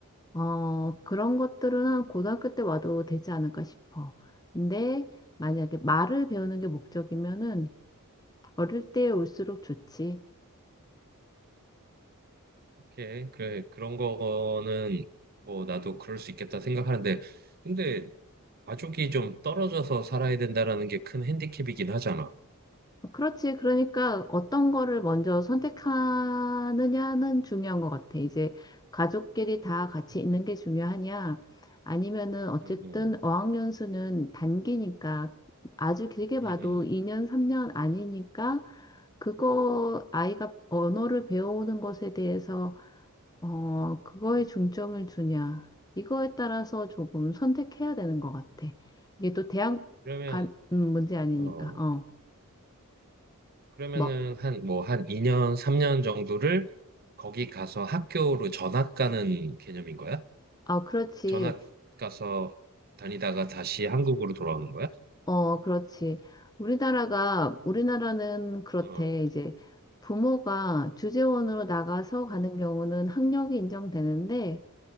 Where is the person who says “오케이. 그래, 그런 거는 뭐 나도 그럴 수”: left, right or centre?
Right